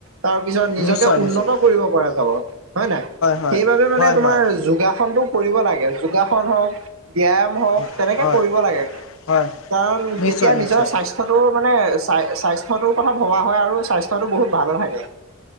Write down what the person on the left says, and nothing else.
নিশ্চয় নিশ্চয়
হয়
হয়
হয়
হয়
হয়
নিশ্চয়
নিশ্চয়